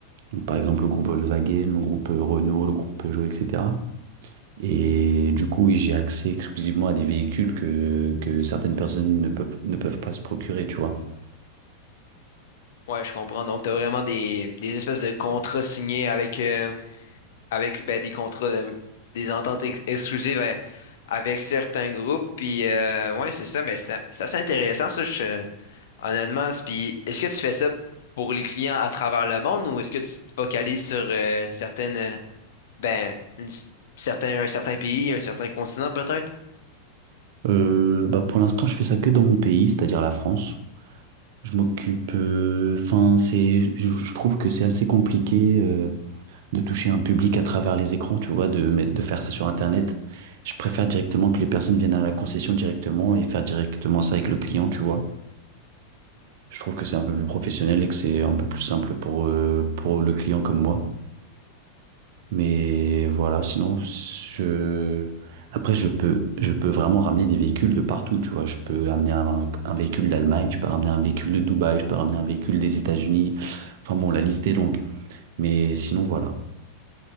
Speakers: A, on the right; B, on the left.
A: Donc, par exemple, le groupe Volkswagen, le groupe euh, Renault, le groupe Peugeot, etc. Et du coup, oui, j'ai accès exclusivement à des véhicules que, que certaines personnes ne peuvent, ne peuvent pas se procurer, tu vois.
B: ouais je comprends donc t'as vraiment des, des espèces de contrats signés avec euh, avec ben, des contrats de- des ententes ex- exclusives euh, avec certains groupes puis euh, ouais c'est ça mais c'est c'est assez intéressant ça je- honnêtement C'est- puis est-ce que tu fais ça pour les clients à travers le monde ou est-ce que tu te focalises sur euh, une certaine euh, Ben, une, s- certain, un certain pays, un certain continent peut-être.
A: Euh, bah, pour l'instant, je fais ça que dans mon pays, c'est-à-dire la France. Je m'occupe, euh, enfin, c'est, je, je trouve que c'est assez compliqué. euh, de toucher un public à travers les écrans, tu vois, de mettre, de faire ça sur Internet. Je préfère directement que les personnes viennent à la concession directement et faire directement ça avec le client, tu vois. Je trouve que c'est un peu plus professionnel et que c'est un peu plus simple pour, euh, pour le client comme moi. Mais voilà, sinon, je... Après, je peux, je peux vraiment ramener des véhicules de partout, tu vois. Je peux amener un, un véhicule d'Allemagne, je peux ramener un véhicule de Dubaï, je peux ramener un véhicule des États-Unis. Enfin bon, la liste est longue. Mais sinon, voilà.